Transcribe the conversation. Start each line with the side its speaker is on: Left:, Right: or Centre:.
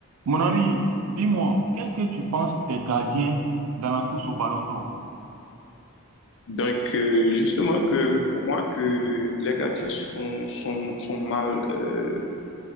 Right: Mon ami, dis-moi, qu'est-ce que tu penses des gardiens dans la course au Ballon d'Or?
Left: Donc, euh, justement, que pour moi, que les gardiens sont, sont, sont mal euh,